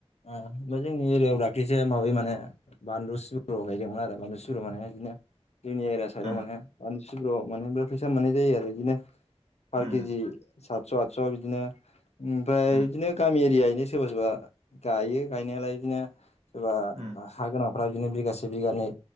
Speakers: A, on the left; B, on the right.
A: ओह ओमफाय जोंनि एरियायाव दाख्लैसो माबै माने बानलु सिब्र' गायदोंमोन आरो बानलु सिब्र माने बिदिनो जोंनि एरिया साइदआव
B: उम
A: माने बानलुसिब्रआव माने बेराद फैसा मोननाय जायो आरो बिदिनो पार
B: उम
A: केजि सातस' आतस' बिदिनो ओमफ्राय
B: उम
A: बिदिनो गामि एरियायैनो सोरबा सोरबा गायो गायनायालाय बिदिनो सोरबा
B: उम
A: हा गोनांफ्रा बिदिनो बिगासे बिगानै